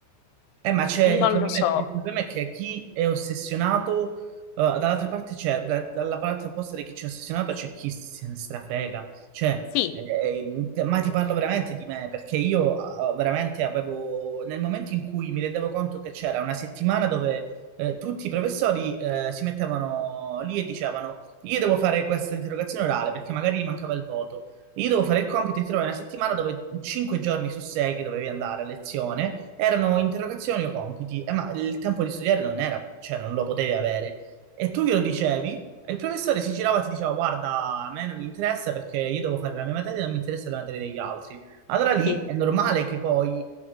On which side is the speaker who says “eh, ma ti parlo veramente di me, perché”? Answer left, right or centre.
Right